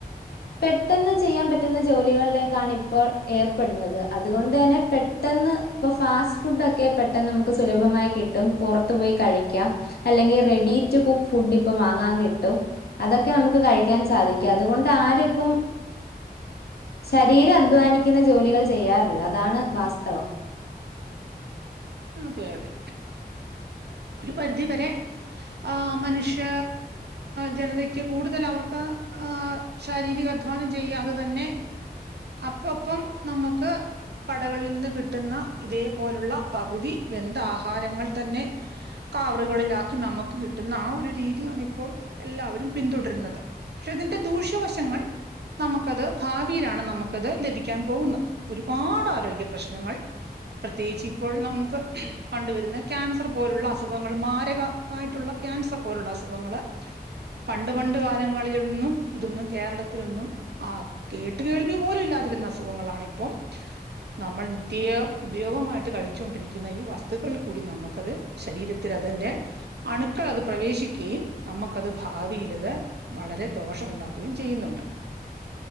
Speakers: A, on the left; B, on the right.
A: പെട്ടെന്ന് ചെയ്യാൻ പറ്റുന്ന ജോലികളിലേക്കാണ് ഇപ്പോൾ ഏർപ്പെടുന്നത് അതുകൊണ്ട് തന്നെ പെട്ടെന്ന് പ്പൊ ഫാസ്റ്റ് ഫുടൊക്കെ പെട്ടെന്ന് നമുക്ക് സുലഭമായി കിട്ടും പൊറത്തു പോയി കഴിക്കാം അല്ലെങ്കിൽ റെഡി ടു കുക്ക് ഫുഡിപ്പം വാങ്ങാൻ കിട്ടും അതൊക്കെ നമുക്ക് കഴിക്കാൻ സാധിക്കാം അതുകൊണ്ട് ആരും ഇപ്പം ശരീരം അധ്വാനിക്കുന്ന ജോലികൾ ചെയ്യാറില്ല അതാണ് വാസ്തവം
B: ഉം തെ അതെ ഒരു പരിധി വരെ ആ മനുഷ്യ ജനതക്ക് കൂടുതൽ അവർക്ക് ആ ശാരീരികാധ്വാനം ചെയ്യാതെ തന്നെ അപ്പപ്പം നമുക്ക് കടകളിൽ നിന്ന് കിട്ടുന്ന ഇതേപോലുള്ള പകുതി വെന്ത ആഹാരങ്ങൾ തന്നെ കാവറുകളിലാക്കി നമുക്ക് കിട്ടുന്ന ആ ഒരു രീതിയണിപ്പോൾ എല്ലാവരും പിന്തുടരുന്നത് പക്ഷെ അതിന്റെ ദൂഷ്യ ത്ത് വശങ്ങൾ നമ്മുക്കത് ഭാവിയിലാണ് നമുക്കത് ലഭിക്കാൻ പോകുന്നത് ഒരുപാട് ആരോഗ്യ പ്രശ്നങ്ങൾ പ്രത്യേകിച്ച് ഇപ് നമുക്ക് കണ്ടുവരുന്ന ക്യാൻസർ പോലുള്ള അസുഖങ്ങൾ മാരക ആയിട്ടുള്ള ക്യാൻസർ പോലുള്ള അസുഖങ്ങള് പണ്ട് പണ്ട് കാലങ്ങളിൽഒന്നും ഇതൊന്നും കേരളത്തിലൊന്നും ആ കേട്ട് കേൾവി പോലും ഇല്ലാതിരുന്ന അസുഖങ്ങ ങ്ങളാണിപ്പം നമ്മൾ നിത്യ ഉപയോഗ വച്ചൊണ്ടിരിക്കുന്ന ഈ വസ്തുക്കളിൽ കൂടി നമുക്കത് ശരീരത്തിൽ അതിന്റെ അണുക്കൾ അത് പ്രവേശിക്കുകയും നമുക്കത് ഭാവിയിലത് വളരെ ദോഷം ഉണ്ടാക്കുകയും ചെയ്യുന്നുണ്ട്